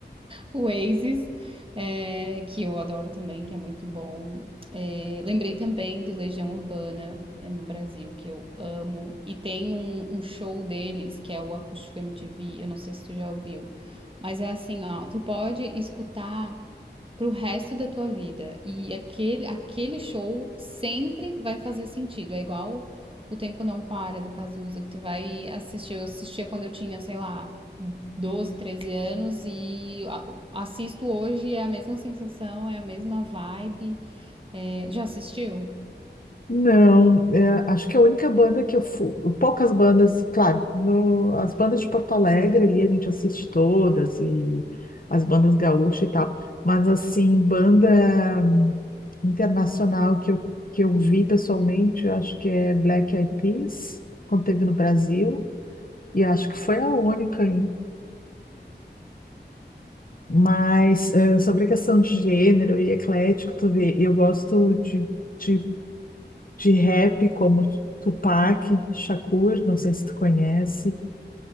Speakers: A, on the right (about 30°); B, on the left (about 50°).
A: O Asics, é, que eu adoro também, que é muito bom. É, lembrei também do Legião Urbana é, no Brasil, que eu amo. E tem um, um show deles, que é o Acústico MTV. Eu não sei se tu já ouviu. Mas é assim, ó, tu pode escutar pro resto da tua vida. E aquele, aquele show sempre vai fazer sentido. É igual O Tempo Não Para, do Cazuza, que tu vai assistir. Eu assistia quando eu tinha, sei lá, 12 13 anos e assisto hoje, é a mesma sensação, é a mesma vibe. É, já assistiu?
B: Não, é, acho que a única banda que eu fui, poucas bandas, claro, no- as bandas de Porto Alegre ali a gente assiste todas e as bandas gaúchas e tal, mas assim, banda hum, internacional que eu, que eu vi pessoalmente, eu acho que é Black Eyed Peas, quando teve no Brasil, e acho que foi a única, hein? Mas eh, sobre a questão de gênero e eclético, tu vê, eu gosto de, de de rap como Tupac Shakur, não sei se tu conhece.